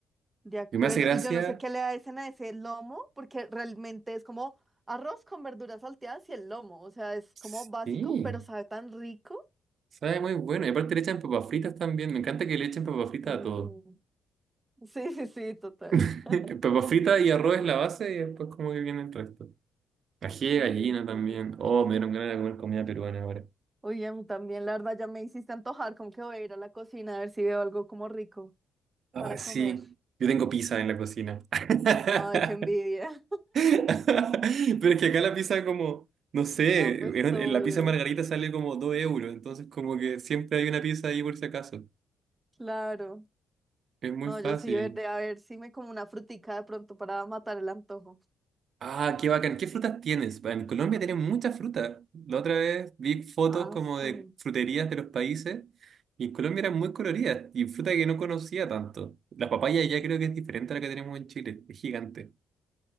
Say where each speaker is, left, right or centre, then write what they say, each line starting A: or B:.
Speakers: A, on the right; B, on the right.
A: de acuerdo.
B: Y me hace gracia.
A: Y yo no sé qué le hacen a ese lomo, porque realmente es como arroz con verduras salteadas y el lomo, o sea, es
B: Sí,
A: como básico, pero sabe tan rico.
B: sabe muy bueno. Y aparte le echan papas fritas también. Me encanta que le echen papas fritas
A: Sí,
B: a todo.
A: sí, sí, sí, total.
B: <laughs>
A: <laughs>
B: Papas fritas y arroz es la base y después como que viene el resto. Ají de
A: Sí,
B: gallina
A: qué
B: también.
A: rico.
B: Oh, me dieron ganas de comer comida peruana ahora.
A: Oye, a mí también, la verdad, ya me hiciste antojar, como que voy a ir a la cocina a ver si veo algo como rico
B: Ah,
A: para
B: sí.
A: comer.
B: Yo tengo pizza en la cocina. <laughs>
A: Ay, qué envidia.
B: <laughs> Pero es que acá la pizza
A: <laughs>
B: como, no sé,
A: Ah, pues
B: en
A: obvio,
B: en la pizza margarita sale como 2 euros, entonces como que siempre hay una pizza ahí por si acaso.
A: claro.
B: Es muy
A: No,
B: fácil.
A: yo sí veré a ver si me como una frutica de pronto para matar el antojo.
B: Ah, qué bacán. ¿Qué frutas tienes? Pa- En Colombia tienen muchas frutas. La otra vez vi fotos
A: Ah,
B: como
A: sí.
B: de fruterías de los países y en Colombia eran muy coloridas y fruta que no conocía tanto. La papaya ya creo que es diferente a la que tenemos en Chile. Es gigante.